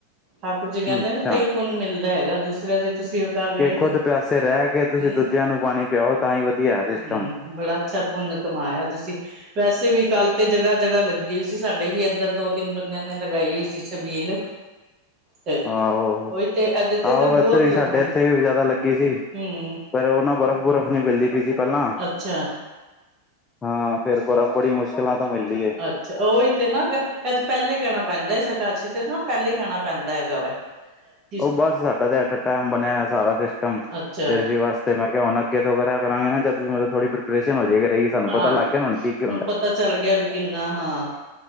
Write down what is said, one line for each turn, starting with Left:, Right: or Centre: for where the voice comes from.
Right: ਠਾਕੁਰ ਜੀ ਕਹਿੰਦੇ
Left: ਅੱਛਾ
Right: ਤੇ ਪੁੰਨ ਮਿਲਦਾ ਹੈਗਾ, ਦੂਸਰਿਆਂ ਦੇ ਤੁਸੀਂ ਕਰ ਰਹੇ
Left: ਕਿ
Right: ਹੈਗੇ
Left: ਖੁਦ ਪਿਆਸੇ ਰਹਿ ਕੇ, ਤੁਸੀਂ
Right: ਹਮ
Left: ਦੂਜਿਆਂ ਨੂੰ ਪਾਣੀ ਪਿਆਓ ਤਾਂ ਹੀ ਵਧੀਆ ਸਿਸਟਮ।
Right: ਹਮ ਬੜਾ ਅੱਛਾ ਪੁੰਨ ਕਮਾਇਆ ਤੁਸੀਂ। ਵੈਸੇ ਵੀ ਕੱਲ ਤੇ ਜਗ੍ਹਾ- ਜਗ੍ਹਾ ਲੱਗੀ ਹੋਈ ਸੀ, ਸਾਡੇ ਵੀ ਇੱਧਰ ਦੋ, ਤਿੰਨ ਬੰਦਿਆਂ ਨੇ ਲਗਾਈ ਹੋਈ ਸੀ, ਛਬੀਲ। ਤੇ
Left: ਆਹੋ,
Right: ਉਹੀ ਤੇ ਇਹਦੇ ਤੇ
Left: ਆਹੋ
Right: ਤਾਂ ਬਹੁਤ
Left: ਇੱਧਰ ਵੀ
Right: ਲਗਾਉਂਦਾ
Left: ਸਾਡੇ ਇੱਥੇ ਵੀ ਜ਼ਿਆਦਾ ਲੱਗੀ ਸੀ।
Right: ਹਮ।
Left: ਪਰ ਉਹ ਨਾ, ਬਰਫ਼- ਬੁਰਫ਼ ਨਹੀਂ ਮਿਲਦੀ ਪਈ ਸੀ, ਪਹਿਲਾਂ
Right: ਅੱਛਾ।
Left: ਹਾਂ, ਫਿਰ ਬਰਫ਼ ਬੜੀ ਮੁਸ਼ਕਿਲਾਂ ਤੋਂ ਮਿਲਦੀ ਹੈ।
Right: ਅੱਛਾ ਓਹੀ ਤੇ ਨਾ, ਇਹ ਤੇ ਪਹਿਲੇ ਕਹਿਣਾ ਪੈਂਦਾ ਹੈ, ਇਸ ਆਕਾਸ਼ੀ ਤੇ ਨਾ ਪਹਿਲੇ ਹੀ ਕਹਿਣਾ ਪੈਂਦਾ, ਹੈਗਾ ਵਾ। ਹ <inaudible>
Left: ਉਹ ਬੱਸ ਸਾਡਾ ਤੇ ਐਟ- ਟਾਈਮ ਬਣਿਆ ਸਾਰਾ ਸਿਸਟਮ,
Right: ਅੱਛਾ
Left: ਫਿਰ ਅਸੀਂ ਬਸ ਤੇ ਮੈਂ ਕਿਹਾ ਹੁਣ ਅੱਗੇ ਤੋਂ ਕਰਿਆ ਕਰਾਂਗੇ, ਜਦ ਵੀ ਥੋੜੀ ਪ੍ਰੀਪਰੇੇਸ਼ਨ ਹੋ ਜਾਇਆ ਕਰੇਗੀ, ਸਾਨੂੰ
Right: ਹਾਂ
Left: ਪਤਾ ਲੱਗ ਗਿਆ ਹੁਣ ਕੀ ਹੁੰਦਾ।
Right: ਪਤਾ ਚੱਲ ਗਿਆ ਵੀ ਕਿੰਨਾ ਹਾਂ,